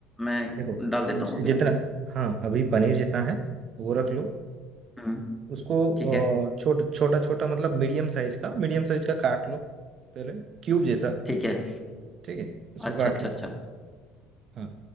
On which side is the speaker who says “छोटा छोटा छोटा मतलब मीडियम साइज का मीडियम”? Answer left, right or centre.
Right